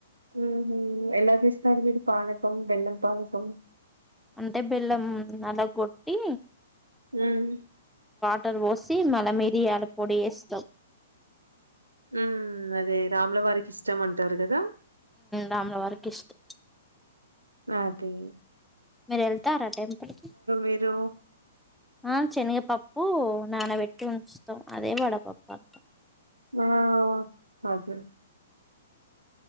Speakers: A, on the right (about 80°); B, in the centre.
A: ఉహుమ్ ఎలా చేస్తారు మీరు పానకం, బెల్లం పానకం?
B: అంటే బెల్లం నల్లగొట్టి
A: హ్మ్
B: టర్ పోసి మల మిరియాల పొడి ఏస్తాం.
A: హ్మ్ అదే రాములవారికి ఇష్టం అంటారు కదా.
B: రాముల వారికి ఇష్టం
A: నాది
B: మీర్ ఏళ్ తారా టెంపుల్ కి
A: మీరు?
B: ఆ శనగపప్పు నానబెట్ ఉంచ్ స్తవ్ అదే వడపప్ప అ
A: ఆ అ అదే